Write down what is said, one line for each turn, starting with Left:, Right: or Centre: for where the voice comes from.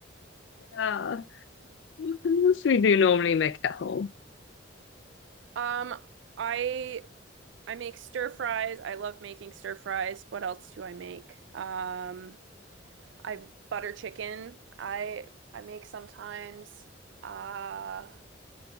Left: Yeah. What else we do normally make at home?
Right: Um, I I make stir fries. I love making stir fries. What else do I make? Um, I butter chicken. I I make sometimes. Uh